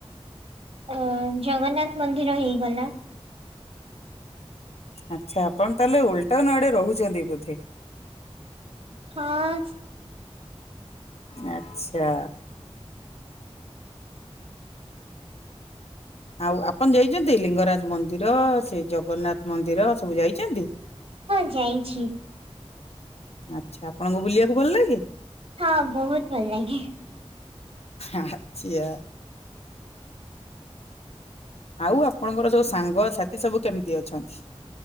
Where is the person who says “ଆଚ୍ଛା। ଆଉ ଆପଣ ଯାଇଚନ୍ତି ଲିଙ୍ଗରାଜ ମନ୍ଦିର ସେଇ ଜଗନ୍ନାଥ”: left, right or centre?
Left